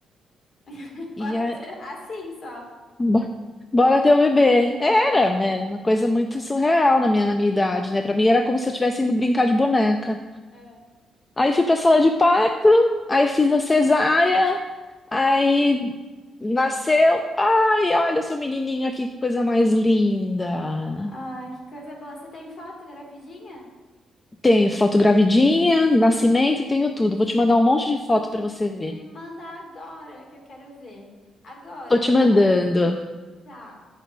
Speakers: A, on the left (about 50°); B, on the left (about 20°).
A: <laughs>
B: e
A: Bora
B: a-
A: tirar- assim só.
B: Bo- Bora ter o bebê.
A: Ah,
B: Era, né? Era uma coisa muito surreal na minha, na minha idade, né? Pra mim era como se eu estivesse indo brincar de boneca.
A: ah.
B: Aí fui pra sala de parto, aí fiz a cesárea, aí nasceu. Ai, olha o seu menininho aqui, que coisa mais linda.
A: Ai, que coisa boa. Você tem foto gravidinha?
B: Tenho foto gravidinha, nascimento, tenho tudo. Vou te mandar um monte de foto pra você ver.
A: Me manda agora que eu quero ver. Agora,
B: Tô te
A: vai
B: mandando.
A: lá. Tá.